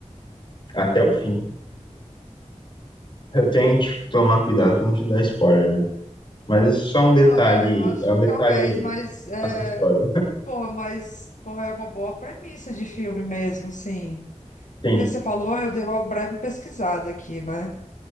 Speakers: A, on the left; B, on the left.
A: até o fim. Eu tenho que tomar cuidado pra não te dar spoiler, né? Mas isso é só é um detalhe,
B: Não, é, eu acho
A: é um
B: que
A: detalhe
B: talvez, mas é,
A: acessório.
B: porra, mas porra, é uma boa premissa de filme mesmo, sim.
A: Sim,
B: Porque você falou, eu dei uma breve pesquisada aqui, né?